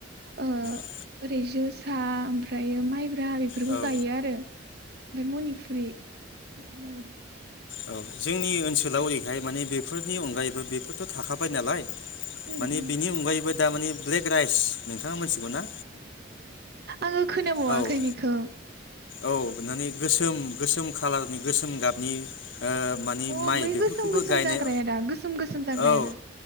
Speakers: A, on the right; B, on the left.
A: ओ
B: औ
A: ओरै जो सा ओमफ्रायो माइब्रा बेफोरखौ
B: औ औ
A: गायो आरो ओमफ्राय मनिपुरिखौ गायो।
B: औ जोंनि ओनसोल लावरिहाय माने बेफोरनि अनगायैबो बेफोरथ' थाखाबाय नालाय।
A: उम
B: माने
A: उम
B: बिनि अनगायैबो दामाने ब्लेक राइस नोंथाङा मोनथिगौ ना?
A: आङो खोनाबावाखै
B: औ
A: बिखौ।
B: औ माने गोसोम गोसोम खालारनि गोसोम गाब नि ओ मानि
A: अ
B: माइ
A: बै
B: बेफोरखौबो
A: गोसोम गोसोम
B: गायनाय
A: जाग्राया दा गोसोम गोसोम जाग्राया
B: औ
A: दा